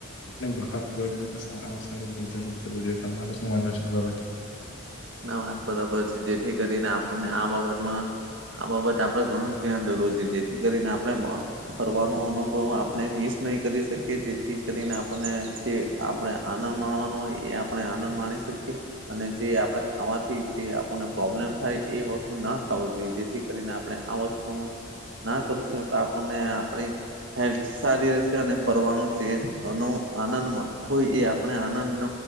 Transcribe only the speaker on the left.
આપણે બહાર જોઈએ તો સારામાં સારું ભોજન જ કરું જોઈ. તમાર શું માનુંવ છે આ બાબત.